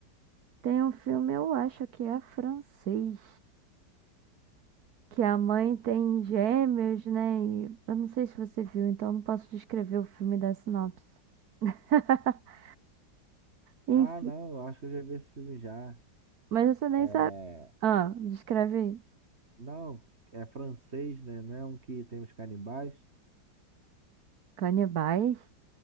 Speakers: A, on the right; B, on the right.
A: Tem um filme, eu acho que é francês. Que a mãe tem gêmeos, né? E eu não sei se você viu, então não posso descrever o filme da sinopse. <laughs> Enfim,
B: Ah, não, eu acho que eu já vi esse filme já.
A: mas você nem
B: É.
A: sabe. Ah, descreve aí.
B: Não, é francês, né? Não é um que tem os canibais?
A: Canibais?